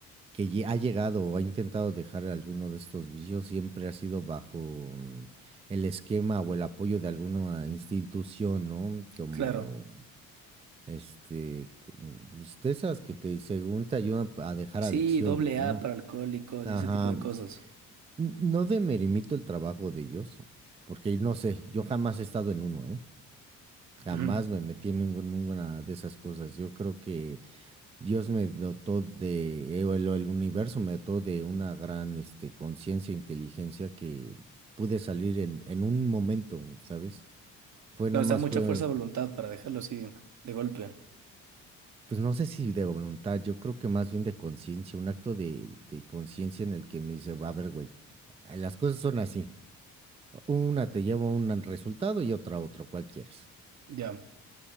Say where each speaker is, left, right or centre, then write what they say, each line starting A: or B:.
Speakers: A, on the right; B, on the right.
A: lle- ha llegado o ha intentado dejar alguno de estos vicios siempre ha sido bajo mm, el esquema o el apoyo de alguna institución, ¿no? Como
B: Claro.
A: este, cu- pues, de esas que te, según te ayudan a dejar
B: Sí,
A: adicciones,
B: doble
A: ¿no?
B: A para alcohólicos
A: Ajá.
B: y ese tipo de cosas.
A: n- No demerimito el trabajo de ellos, porque no sé, yo jamás he estado en uno, ¿eh? Jamás
B: Ujú.
A: me metí en ninguna de esas cosas. Yo creo que Dios me dotó de, eh, el, el universo me dotó de una gran, este, conciencia, inteligencia que pude salir en, en un momento, ¿sabes? Fue
B: Claro,
A: nada
B: o
A: más,
B: sea, mucha
A: fue,
B: fuerza de voluntad para dejarlo así de, de golpe.
A: pues no sé si de voluntad, yo creo que más bien de conciencia, un acto de, de conciencia en el que me dice, a ver, güey, las cosas son así. Una te lleva a un resultado y otra a otro, ¿cuál quieres?
B: Ya,